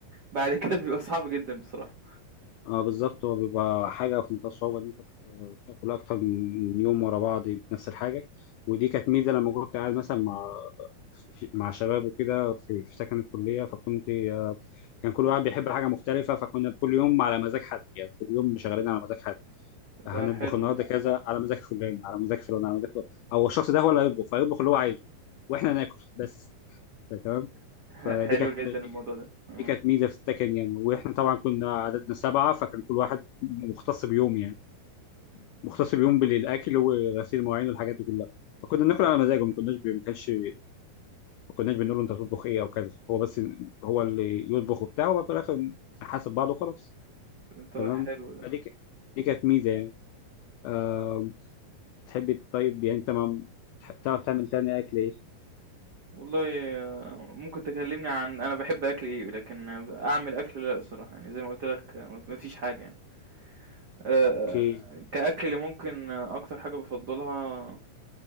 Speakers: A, on the right; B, on the left.
A: بعد كده بيبقى صعب جدًا بصراحة،
B: آه، بالظبط هو بيبقى حاجة في منتهى الصعوبة إن أنت تاكل أكتر من يوم ورا بعض بنفس الحاجة ودي كانت ميزة لما كنت قاعد مثلا مع في- مع شباب وكده في في سكن الكلية فكنت آه، كان كل واحد بيحب حاجة مختلفة فكنا كل يوم على مزاج حد يعني كل يوم شغالين على مزاج حد هنطبخ
A: ده حلو
B: النهاردة
A: ده،
B: كذا على مزاج فلان على مزاج فلان على مزاج فلان أو الشخص ده هو اللي هيطبخ فيطبخ اللي هو عايزه واحنا ناكل بس تمام
A: <laughs>
B: فدي
A: ح حلو
B: كانت
A: جدًا
B: دي
A: الموضوع
B: كانت
A: ده، آه،
B: دي كانت ميزه في السكن يعني واحنا طبعا كنا عددنا سبعه فكان كل واحد مختص بيوم يعني مختص بيوم بالاكل وغسيل المواعين والحاجات دي كلها فكنا بناكل على مزاجه ما كناش بي- ما كانش ما كناش بنقول له انت تطبخ ايه او كذا هو بس هو اللي يطبخ وبتاع وفي الاخر نحاسب بعض وخلاص
A: طَب
B: تمام
A: حلو ده،
B: فدي ك- دي كانت ميزه يعني أه تحب طيب يعني انت ما تح- تعرف تعمل تاني اكل ايه؟
A: والله آه، ممكن تكلمني عن أنا باحب أكل إيه، لكن آه، أعمل أكل لأ الصراحة، يعني زي ما قُلت لك ما ما فيش حاجة يعني، آآ
B: اوكي
A: كأكل اللي ممكن آه، أكتر حاجة بافضّلها